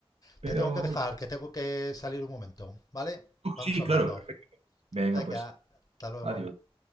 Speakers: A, on the right (about 85°); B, on the left (about 35°).
A: Pero
B: Te tengo que dejar, que tengo que salir un momento, ¿vale? Vamos
A: sí,
B: hablando.
A: claro. Venga,
B: Venga,
A: pues.
B: hasta luego.
A: Adiós.